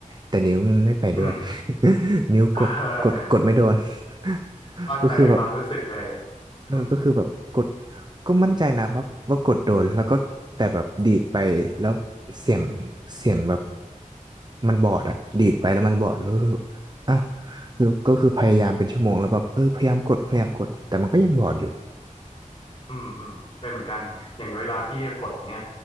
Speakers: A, on the right; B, on the left.
A: แต่นิ้วมันไม่ไปด้วย
B: อืม
A: <laughs> นิ้วกดกดกดไม่โดน
B: <laughs>
A: <laughs>
B: เข้าใจความรู้สึกเลย
A: ก็คือแบบ เออก็คือแบบกด
B: อืม
A: ก็มั่นใจนะว่าว่ากดโดนแล้วก็แต่แบบดีดไปแล้วเสียงเสียงแบบมันบอดอะดีดไปแล้วมันบอดแล้วก็คืออ้าวคือก็คือพยายามเป็นชั่วโมงแล้วแบบเออพยายามกดพยายามกดแต่มันก็ยังบอดอยู่
B: อืมอืมเป็นเหมือนกันอย่างเวลาพี่กดเนี้ย